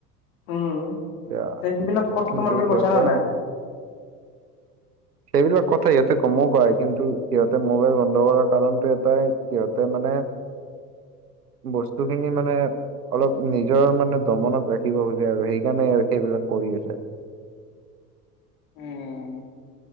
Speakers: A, on the left; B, on the right.
A: উম
B: এতিয়া
A: তে সেইবিলাক কথা
B: কিন্তু
A: তোমালোকে
B: সিহতে
A: কৈছা নে নাই
B: সেইবিলাক কথা ইহঁতে গমও পায় কিন্তু সিহঁতে মোবাইল বন্ধ কৰা কাৰণটো এটাই সিহঁতে মানে
A: <inaudible>
B: বস্তু খিনি মানে অলপ নিজৰ মানে দমনত ৰাখিব খোজে আৰু সেইকাৰণে সেইবিলাক কৰি আছে।
A: উম।